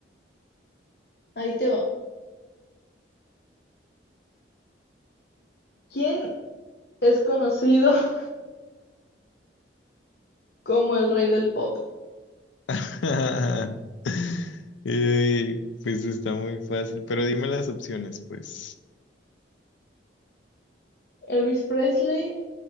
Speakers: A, on the left; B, on the left.
A: ahí te va. ¿Quién es conocido <laughs> como el rey del pop?
B: <laughs> Eh, pues está muy fácil, pero dime las opciones, pues.
A: Elvis Presley,